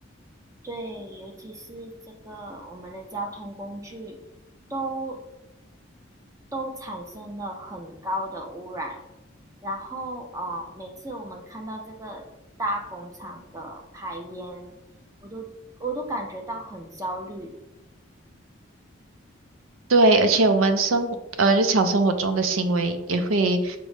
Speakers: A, on the right; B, on the right.
A: 对，尤其是这个我们的交通工具都都产生了很高的污染，然后呃，每次我们看到这个大工厂的排烟，我都我都感觉到很焦虑。
B: 对，而且我们生活，呃，日常生活中的行为也会